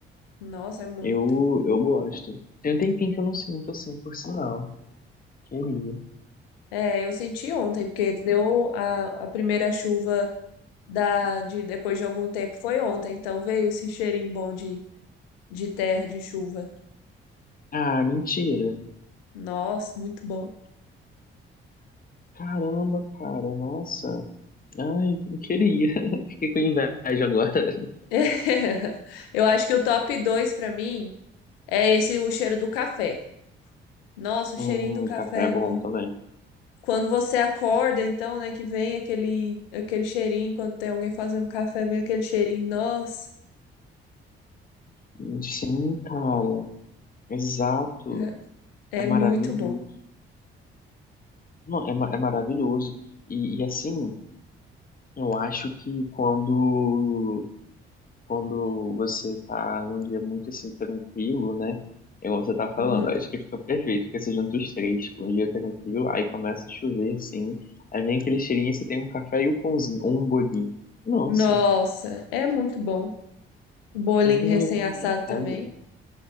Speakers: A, on the left (about 75°); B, on the left (about 30°).
A: Nossa, é muito.
B: Eu, eu gosto. Tem um tempinho que eu não sinto assim, por sinal. Queria.
A: É, eu senti ontem, porque deu a, a primeira chuva da, de, depois de algum tempo foi ontem, então veio esse cheirinho bom de, de terra, de chuva.
B: Ah, mentira.
A: Nossa, muito bom.
B: Caramba, cara, nossa. Ai, não queria. <laughs> Fiquei com inveja agora.
A: <laughs> Eu acho que o top 2 pra mim é esse o cheiro do café. Nossa, o
B: Hum,
A: cheirinho do café
B: café é
A: é
B: bom
A: bom.
B: também.
A: Quando você acorda, então, né, que vem aquele aquele cheirinho, quando tem alguém fazendo café, vem aquele cheirinho. Nossa,
B: Hum, Sim, cara, exato.
A: é
B: É
A: é
B: maravilhoso.
A: muito bom.
B: Não, é, ma- é maravilhoso. E, e assim, eu acho que quando, quando você tá num dia muito assim tranquilo, né? É igual você tá falando,
A: Aham.
B: eu acho que fica perfeito, porque você junta os três, tipo, um dia tranquilo, aí começa a chover, assim, aí vem aquele cheirinho, você tem um café e um pãozinho, ou um bolinho. Nossa.
A: Nossa, é muito bom. O Bolinho
B: É ignorância
A: recém-assado
B: de
A: também.
B: nada.